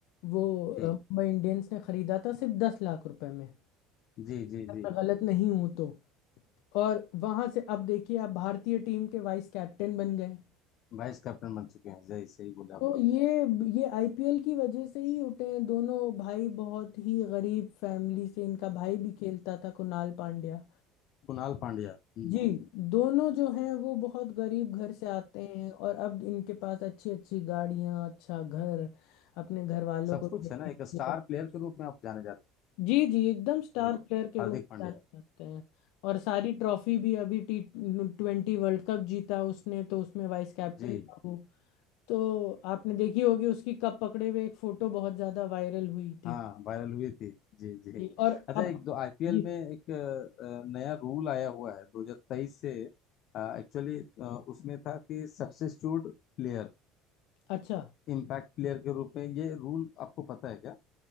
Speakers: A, on the left (about 75°); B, on the left (about 55°).
A: वो अ,
B: जी
A: मुंबई इंडियंस ने खरीदा था सिर्फ दस लाख रुपए में
B: जी जी
A: अगर
B: जी
A: मैं गलत नहीं हूं तो और वहां से अब देखिए आप भारतीय टीम के वाइस कैप्टन बन गए
B: वाइस कैप्टन बन चुके हैं सही सही बोले आप
A: तो ये ये आईपीएल की वजह से ही उठे हैं दोनों भाई बहुत ही गरीब फैमिली से इनका भाई भी खेलता था कुणाल पांड्या
B: कुणाल पांड्या हम्म
A: जी दोनों जो हैं वो बहुत गरीब घर से आते हैं और अब इनके पास अच्छी अच्छी गाड़ियां अच्छा घर अपने घर वालों
B: सब
A: को देखने
B: कुछ है ना एक
A: के
B: स्टार
A: लिए
B: प्लेयर के रूप में आप जाने जाते
A: जी जी एकदम स्टार
B: हैं
A: प्लेयर के
B: हार्दिक
A: रूप
B: पांड्या
A: में जाने जाते हैं और सारी ट्रॉफी भी अभी टी ट्वेंटी वर्ल्ड कप जीता उसने तो उसमें वाइस कैप्टन
B: जी
A: था वो तो आपने देखी होगी उसकी कप पकड़े हुए एक फोटो बहुत ज्यादा वायरल हुई थी
B: हाँ वायरल हुई थी जी जी
A: जी, और
B: अच्छा
A: अब
B: एक दो आईपीएल
A: जी
B: में एक अ, नया रूल आया हुआ है 2023 से एक्चुअली उसमें था कि सब्स्टिट्यूट प्लेयर
A: अच्छा
B: इम्पैक्ट प्लेयर के रूप में ये रूल आपको पता है क्या